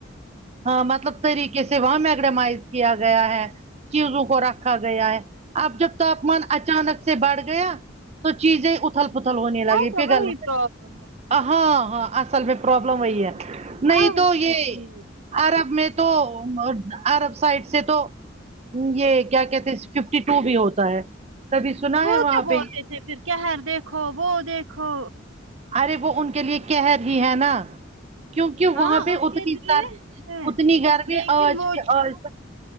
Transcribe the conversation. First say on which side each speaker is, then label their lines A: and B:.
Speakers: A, on the right; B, on the right.
A: ہاں مطلب طریقے سے وہاں میگڈمائز کیا گیا ہے چیزوں کو رکھا گیا ہے اب جب تاپمان اچانک سے بیٹھ گیا تو چیزیں پتھل پتھل ہونے والی
B: اچھا
A: ہے
B: وہی
A: گل
B: پرابلم ہے
A: ہاں ہاں اصل میں پرابلم وہی ہے نہیں
B: اچھا
A: تو یہ
B: ٹھیک
A: عرب میں تو عرب سائڈ سے تو یہ کیا کہتے ہیں اس ففٹی ٹو بھی ہوتا ہے کبھی سنا
B: وہ
A: ہے وہاں
B: کیا بولتے
A: پہ
B: تھے پھر کھر دیکھو وہ دیکھو
A: ارے وہ ان کے لیے کهر ہی ہے نا کیونک
B: ہاں
A: وہاں پہ
B: ان
A: اتنی
B: کے لیے
A: سر
B: ہے
A: اتنی گرمی
B: لیکن
A: آج
B: وہ
A: آج تک